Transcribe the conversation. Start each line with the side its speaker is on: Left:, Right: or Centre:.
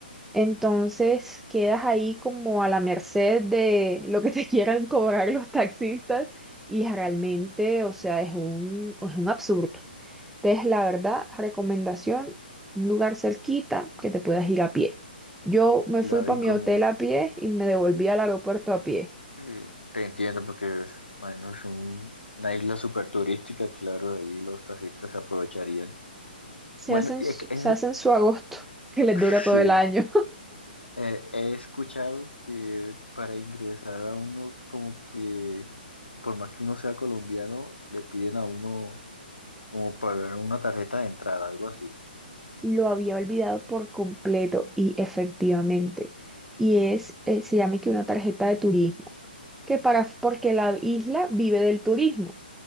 Centre: Entonces, quedas ahí como a la merced de lo que te <laughs> quieran cobrar los taxistas y realmente, o sea, es un, es un absurdo. Entonces, la verdad, recomendación, un lugar cerquita que te puedas ir a pie. Yo me
Left: Claro,
Centre: fui para
Left: y
Centre: mi
Left: como
Centre: hotel a pie y me devolví al aeropuerto a pie.
Left: eh, te entiendo, porque es, bueno, es un- una isla súper turística, claro, ahí los taxistas se aprovecharían.
Centre: Se
Left: Bueno,
Centre: hacen,
Left: y
Centre: su-
Left: es, que- es-
Centre: se hacen su agosto, <laughs> que les
Left: <laughs>
Centre: dura todo
Left: sí,
Centre: el año.
Left: eh, he escuchado que para ingresar a uno, como que por más que uno sea colombiano, le piden a uno como pagar una tarjeta de entrada, algo así.
Centre: <laughs> Lo había olvidado por completo y efectivamente. Y es, eh, se llama que una tarjeta de turismo, que para, porque la isla vive del turismo.